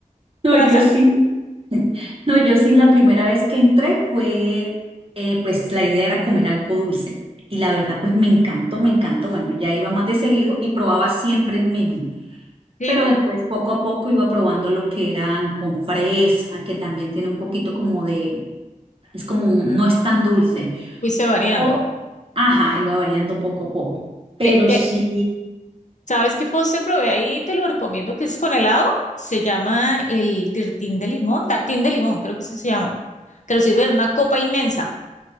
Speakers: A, on the right; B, on the left.
A: no,
B: Pero ensalada,
A: yo sí. No, yo sí, la primera vez que entré fue, eh, pues la idea era comer algo dulce. Y la verdad, pues me encantó, me encantó. Bueno, ya iba más de seguido y probaba siempre el mismo.
B: sí,
A: Pero después, poco a poco, iba probando lo que eran con fresa, que también tiene un poquito como de, es como, un- no es tan dulce.
B: fuiste variando.
A: O, ajá, iba variando poco a poco. Pero
B: De, de,
A: sí,
B: ¿sabes qué postre probé ahí? Te lo recomiendo que es con helado. Se llama el tirtín de limón, tartín de limón, creo que es que se llama. Te lo sirven en una copa inmensa.